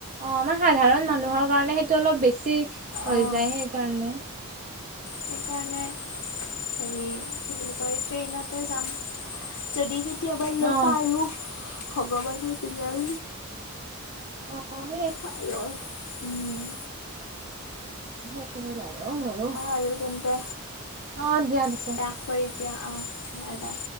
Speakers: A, on the right; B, on the left.
A: অ আমাৰ সাধাৰণ মানুহৰ কাৰণে, সেইটো অলপ বেছি হৈ
B: অঁ
A: যায়, সেই কাৰণে
B: সেইকাৰণে হেৰি কি বুলি কয়, ট্ৰেইনতে যাম যদি কেতিয়াবা আৰু
A: অ',
B: ভগৱানৰ পিলাৰ
A: অ', সেই
B: আঐ! উম!
A: হয়। এ বাৰু অ' মোৰোঁ
B: আৰু তেন্তে
A: অ দিয়া পিছে।
B: ৰাখোঁ এতিয়া অঁ বাই বাই!